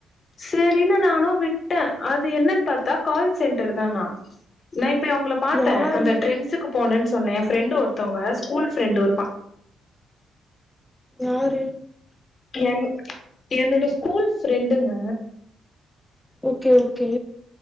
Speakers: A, on the left; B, in the centre.
A: சரினு நானு விட்டே அது என்னன்னு பாத்தா கால் சென்டர் தானா நா இப்போ அவங்கள பாத்தே
B: யாரு
A: அந்த டரண்ட்ஸீக்கு போனென் சொன்னே என் ஃப்ரெண்ட ஒருத்தவங்க ஸ்கூல் ஃப்ரெண்டு் ஒருப்பா
B: யாரு
A: என் என்னோட ஸ்கூல் ப்ரண்டுங்க
B: ஓகே ஓகே